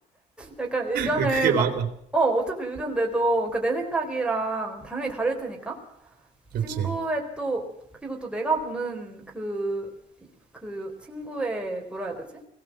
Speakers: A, in the centre; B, on the right (about 60°).
A: 약간 의견을
B: 그게
A: 막
B: 맞아.
A: 어 어차피 의견 내도 그러니까 내 생각이랑 당연히 다를 테니까
B: 그지
A: 친구의 또 그리고 또 내가 보는 그 그 친구의 뭐라 해야 되지?